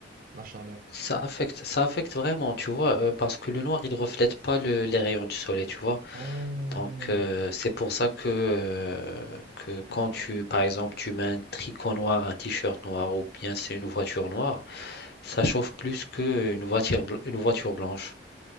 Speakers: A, on the right; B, on the left.
A: la chaleur.
B: Ça affecte, ça affecte vraiment, tu vois, euh, parce que le noir, il reflète pas le- les rayons du soleil, tu vois.
A: Oh,
B: Donc, euh, c'est pour ça que, euh, que quand tu, par exemple, tu mets un tricot noir, un t-shirt noir, ou bien c'est une voiture noire, ça chauffe plus qu'une voiture, bl- une voiture blanche.